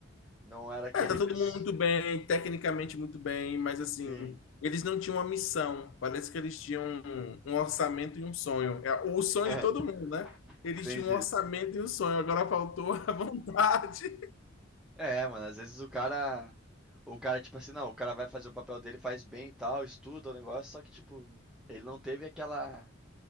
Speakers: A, in the centre; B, on the left.
A: não era aquele.
B: É, tá todo
A: pes-
B: mundo muito bem, tecnicamente muito bem, mas assim,
A: Sim,
B: eles não tinham uma missão. Parece que eles tinham um, um orçamento e um sonho. É o sonho
A: <laughs>
B: de todo mundo, né? Eles
A: entendi.
B: tinham um orçamento e um sonho, agora faltou a <laughs> vontade.
A: É, mano, às vezes o cara. O cara, tipo assim, não, o cara vai fazer o papel dele, faz bem e tal, estuda o negócio, só que, tipo, ele não teve aquela.